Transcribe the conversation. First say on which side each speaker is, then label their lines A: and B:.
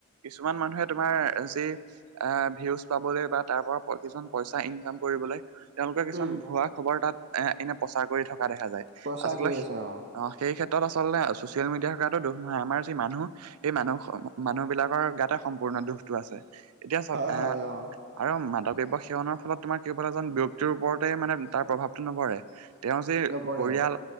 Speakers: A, on the right (about 85°); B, on the right (about 50°).
A: কিছুমান মানুহে তোমাৰ যি আঁ ভিউজ পাবলৈ বা তাৰপৰা প' কিছুমান পইচা ইনকাম কৰিবলৈ তেওঁলোকে কিছুমান
B: উম
A: ভুৱা খবৰ তাত এ এনে প্ৰচাৰ কৰি থকা দেখা যায়।
B: প্ৰচাৰ
A: আচলতে
B: কৰি আছে অ
A: অঁ, সেই ক্ষেত্ৰত আচলতে ছচিয়েল মিডিয়া গাটো দুখ নহয়। আমাৰ যি মানুহ সেই মানুহ হ মানুহ বিলাকৰ গাতে সম্পূৰ্ণ দুখটো আছে। এতিয়া চাওঁক
B: হয়
A: এ
B: হয় অ
A: আৰু মাদকদ্ৰব্য সেৱনৰ ফলত তোমাৰ কেৱল এজন ব্যক্তিৰ ওপৰতেই মানে তাৰ প্ৰভাৱটো নপৰে। তেওঁৰ যে
B: নপৰে
A: পৰিয়াল
B: অ